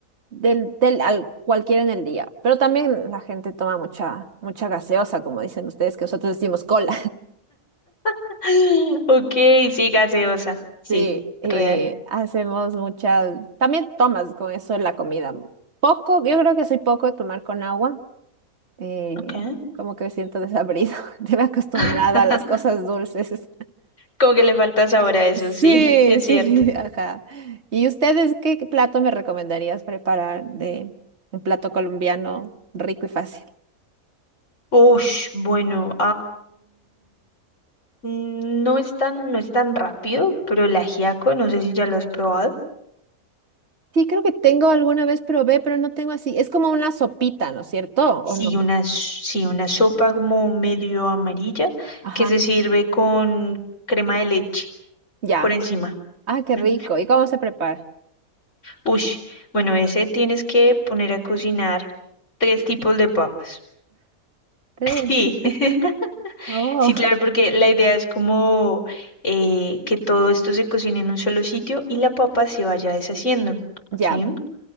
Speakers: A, on the right (about 50°); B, on the left (about 55°).
A: del, del al, cualquiera en el día. Pero también la gente toma mucha, mucha gaseosa, como dicen ustedes, que nosotros decimos cola.
B: <laughs> Ok, sí, gaseosa. Sí,
A: Sí, eh,
B: real.
A: hacemos muchas, también tomas con eso la comida. Poco, yo creo que soy poco de tomar con agua, eh,
B: Ok.
A: como que me siento desabrido, <laughs> me he acostumbrado
B: <laughs>
A: a las cosas dulces.
B: Como que le falta sabor a eso,
A: Sí,
B: sí, <laughs> es
A: sí,
B: cierto.
A: <laughs> ajá. ¿Y ustedes qué plato me recomendarías preparar de un plato colombiano rico y fácil?
B: Ush, bueno, No es tan, no es tan rápido, pero el ajiaco, no sé si ya lo has probado.
A: Sí, creo que tengo alguna vez probé, pero no tengo así. Es como una sopita, ¿no es cierto? ¿O
B: Sí,
A: no?
B: una, s- sí, una sopa como medio amarilla
A: Ajá,
B: que se sirve con crema de leche
A: ya.
B: por encima.
A: Ah, qué
B: ¿m?
A: rico. ¿Y cómo se prepara?
B: Ush, bueno, ese tienes que poner a cocinar tres tipos de papas.
A: Tres.
B: Sí, <laughs>
A: <laughs> Oh,
B: sí, claro, porque la idea es como eh, que todo esto se cocine en un solo sitio y la papa se vaya deshaciendo, ¿sí?
A: ya.